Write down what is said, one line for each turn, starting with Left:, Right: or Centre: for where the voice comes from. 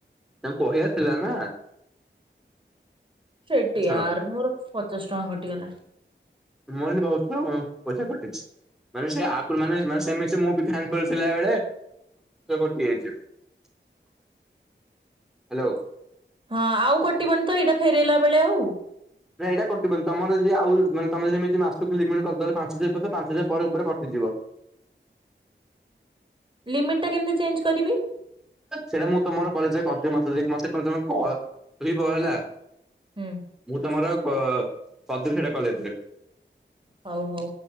Centre: ତାଙ୍କୁ କହିଆ ଥିଲା ନା।
Right: ସେଟି
Centre: ଛାଡ
Right: ଆର ମୋର ପଚାଶ ଟଙ୍କା କଟିଗଲା।
Centre: ମର ଏନ୍ତି ବହୁତ ଥର ପଇସା କଟିଛି। ମାନେ ସେ ଆଖୁଳୁ ମାନେ ସେ ମୁଁ ଫ୍ୟାନ ତଳେ ଥିଲା ବେଳେ। କଟି ଯାଇଛି ହ୍ୟାଲୋ।
Right: ହଁ ଆଉ କଟିବନି ତ ଏଇଟା ଫେରେଇଲା ବେଳେ ଆଉ।
Centre: ନାଁଇ ଏଇଟା କଟିବନି ତମର ଯଦି ଆଉ ମାନେ ତମେ ତ ଯେମିତି ମାସକୁ ଲିମିଟ କରିଦେଲ ପାଞ୍ଚ ହଜାର ପାଞ୍ଚ ହଜାର ପରେ ଉପରେ କଟିଯିବ।
Right: ଲିମିଟ୍ ଟା କେମିତି ଚେଞ୍ଜ କରିବି।
Centre: ସେଇଟା ମୁଁ ତମର କଲେ ଯ କରିଥିଲି ମତେକି ମତେ ତମେ କ କହିବ ହେଲା।
Right: ହୁଁ
Centre: ମୁଁ ତମର ପଦୁ ଫେଡା କଲେଜରେ
Right: ହଉ ହଉ